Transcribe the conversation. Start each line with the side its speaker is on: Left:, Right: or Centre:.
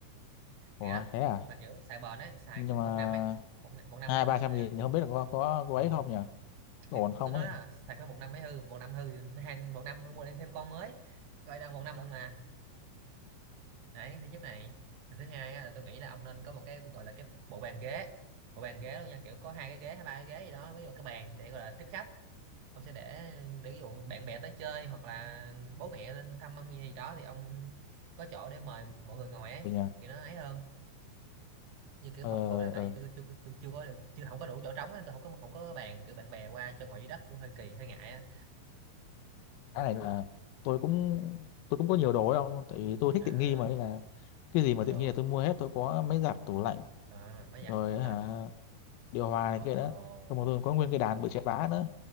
Left: không
Right: rẻ
Left: ủa
Right: lắm
Left: thế à
Right: mà kiểu xài bền ấy xài
Left: nhưng
Right: kiểu một
Left: mà
Right: năm ấy một, năm- một năm
Left: hai
Right: mới hư
Left: ba trăm
Right: rồi
Left: nghìn thì không biết là có có có
Right: Ừ.
Left: ấy không nhỉ có
Right: Thì
Left: ổn không
Right: tôi nói
Left: ấy
Right: là xài khoảng một năm mới hư một năm hư thì hai một năm mua thêm con mới coi đâu một năm nữa mà đấy thứ nhất này Rồi thứ hai á, là tôi nghĩ là ông nên có một cái gọi là cái bộ bàn ghế bộ bàn ghế luôn nha kiểu có hai cái ghế hay ba cái ghế gì đó mới vào cái bàn để gọi là tiếp khách ông sẽ để để ví dụ bạn bè tới chơi hoặc là bố mẹ lên thăm ông gì đó thì ông có chỗ để mời mọi người ngồi ấy
Left: ừ nhỉ
Right: thì nó ấy hơn như kiểu
Left: ờ
Right: phòng tôi là tại
Left: ờ
Right: vì tôi, chưa tôi tôi chưa có được chưa không có đủ chỗ trống nên tôi không có không có bàn kiểu bạn bè qua cho ngồi dưới đất cũng hơi kỳ hơi ngại á
Left: cái này là tôi cũng tôi cũng có nhiều đồ ấy không tại vì tôi thích
Right: à,
Left: tiện nghi mà nên là cái gì
Right: nhiều
Left: mà tiện
Right: đồ
Left: nghi là tôi mua hết tôi có máy giặt tủ lạnh
Right: à, máy
Left: rồi
Right: giặt tủ
Left: hả
Right: lạnh
Left: điều hòa này
Right: ờ,
Left: kia nữa xong rồi tôi có nguyên cái đàn bự chà bá nữa